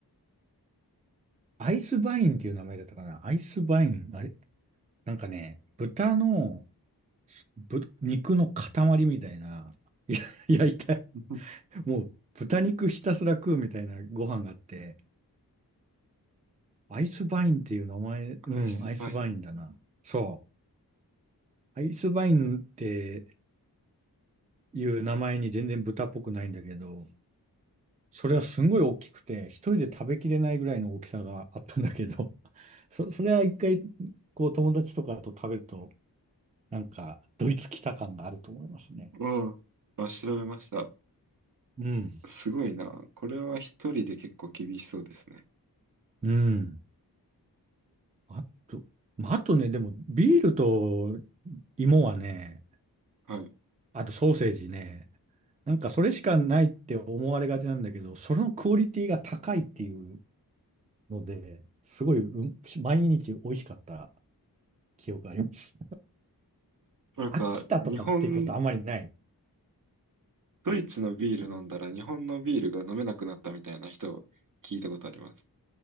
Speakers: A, on the right; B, on the right.
A: アイスバインっていう名前だったかな。アイスバイン、あれなんかね、豚の、ぶ、肉の塊みたいな、いや <laughs> 焼いた、
B: うん <laughs>
A: もう豚肉ひたすら食うみたいなご飯があって、アイスバインっていう名前、うん、
B: アイスバイン。
A: アイスバインだな。そう。アイスバインっていう名前に全然豚っぽくないんだけど、それはすんごい大きくて、一人で食べきれないぐらいの大きさがあったんだけど、<laughs> そ、それは一回、こう友達とかと食べると、なんか、ドイツ来た感があると思いますね。
B: うん。あ、調べました。
A: うん。
B: すごいな。これは一人で結構厳しそうですね。
A: うん。あと、まああとね、でも、ビールと芋はね、
B: はい。
A: あとソーセージね、なんかそれしかないって思われがちなんだけど、そのクオリティが高いっていうので、すごい、うん、毎日美味しかった記憶があります。
B: なんか、
A: 飽きたとかってことあまりない。
B: 日本ドイツのビール飲んだら日本のビールが飲めなくなったみたいな人聞いたことあります。